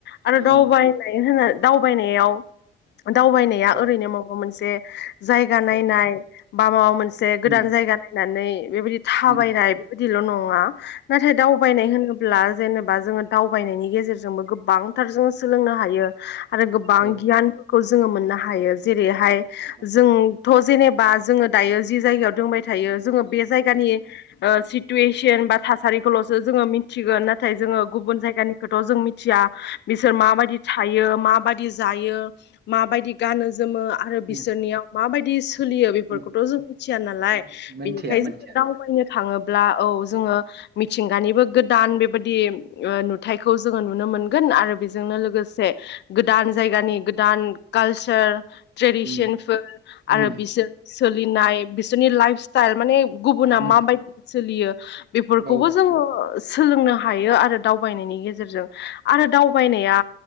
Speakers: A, on the left; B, on the right.
A: आरो
B: नुनो
A: दावबायनाय
B: मोन
A: होनबा दावबायनायाव दावबायनाया
B: औ
A: ओरैनो माबा मोनसे जायगा नायनाय
B: औ
A: बा माबा मोनसे गोदान
B: उम
A: जायगा नायनानै बेबायदि थाबायनाय
B: उम
A: बिदिल नङा नाथाय दावबायनाय होनोब्ला जेनेबा जोंङो दावबायनायनि गेजेरजोंबो गोबां थार जों सोलोंनो हायो आरो गोबां
B: औ
A: गियानफोरखौ जोंङो मोननो हायो जेरैहाय
B: औ
A: जों थ जेनेबा जोंङो दायो जि जायगायाव दंबाय थायो जोंङो बे जायगानि
B: औ
A: सि सिटुवेसन बा थासारिखौलसो जोंङो मिथिगोन नाथाय जोंङो गुबुन जायगानिखौथ जों मिथिया बिसोर माबायदि थायो माबाददि जायो माबायदि गानो जोमो आरो
B: उम
A: बिसोरनियाव माबायदि सोलियो बेफोरखौथ
B: उम
A: जों मिथिया नालाय
B: उम मोनथिया
A: बेनिखायनो
B: मोनथिया
A: जों दावबायनो थाङो औ जोंङो मिथिंगानिबो गोदान बेबायदि नुथायखौ जोंङो नुनो मोनो मोनगोन आरो बेजोंनो लोगोसे गोदान जायगानि गोदान कालसार ट्रेडिसनफोर
B: उम
A: आरो
B: उम
A: बिसोर सोलिनाय बिसोरनि लाइफ स्टाइल माने गुबुना
B: उम
A: माबायदि सोलियो बेफोरखौबो
B: औ
A: जोंङो सोलोंनो हायो आरो दावबायनायनि गेजेरजों आरो दावबायनाया